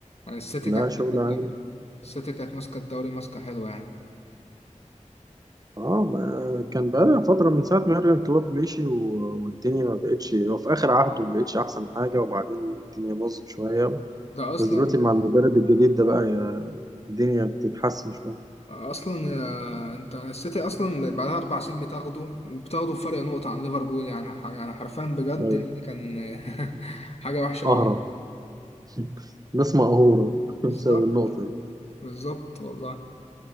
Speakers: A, on the left (about 55°); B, on the right (about 30°).
A: يعني السيتي
B: لا
A: كانت
B: شغل
A: ماسكة الدوري
B: عام
A: السيتي كانت ماسكة الدوري ماسكة حلوة يعني
B: اه ما كان بقى فترة من ساعة ما يورجن كلوب مشي و- والدنيا ما بقتش هو في آخر عهده ما بقتش أحسن حاجة وبعدين الدنيا باظت شوية
A: ده أصلا
B: بس دلوقتي مع المدرب الجديد ده بقى يا- الدنيا بتتحسن شوية
A: أصلا يا انت السيتي أصلا بقالها أربع سنين بتاخده وبتاخده بفرق نقطة عن ليفربول يعني ح... يعني حرفيا بجد
B: أيوة.
A: يعني كان <laughs> حاجة وحشة
B: أهرب
A: أوي
B: <laughs> ناس مقهورة <laughs>
A: بالظبط
B: بسبب النقطة دي
A: بالظبط والله